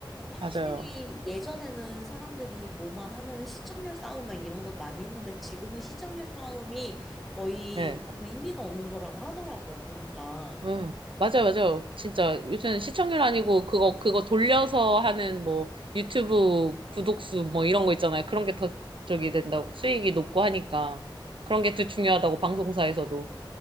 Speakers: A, in the centre; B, on the right.
A: 확실히
B: 맞아요.
A: 예전에는 사람들이 뭐만 하면은 시청률 싸움 막 이런 것 많이 했는데, 지금은 시청률 싸움이 거의
B: 예.
A: 의미가 없는 거라고 하더라고요, 보니까.
B: 응, 맞아요, 맞아요. 진짜 요새는 시청률 아니고 그거 그거 돌려서 하는 뭐 유튜브 구독수 뭐 이런 거 있잖아요. 그런 게 더 저기 된다고 수익이 높고 하니까 그런 게 더 중요하다고 방송사에서도.